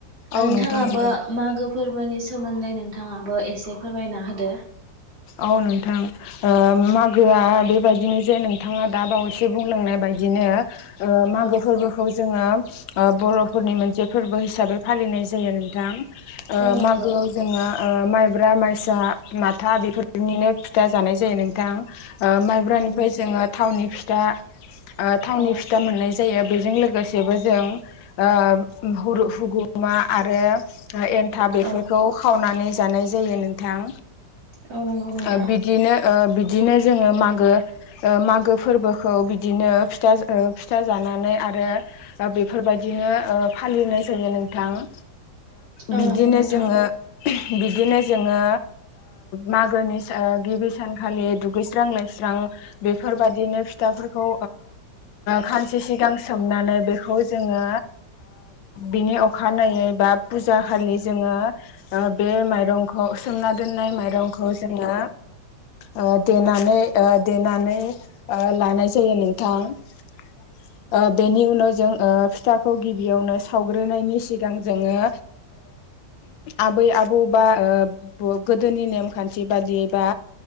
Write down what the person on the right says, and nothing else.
नोंथाङाबो
मागो फोरबोनि सोमोन्दै नोंथाङाबो एसे फोरमायना होदो
औ
औ नंगौ
नंगौ नों
औ
औ
औ नंगौ
नोंथां।
औ
नंगौ नोंथां
औ नंगौ नोंथां